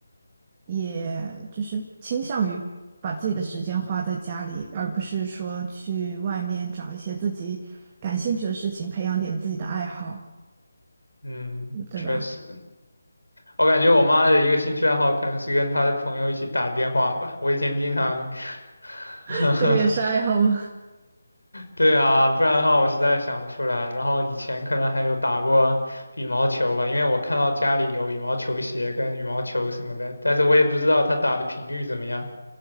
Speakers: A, on the right; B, on the left.
A: 也就是倾向于把自己的时间花在家里，而不是说去外面找一些自己感兴趣的事情，培养点自己的爱好，
B: 嗯，
A: 嗯对吧？
B: 确实，我感觉我妈的一个兴趣爱好可能是跟她的朋友一起打电话吧。我以前经常
A: <laughs>
B: <laughs>
A: 这个也是爱好吗？
B: 对啊，不然的话我实在想不出来。然后以前可能还有打过羽毛球吧，因为我看到家里有羽毛球鞋跟羽毛球什么的，但是我也不知道他打的频率怎么样。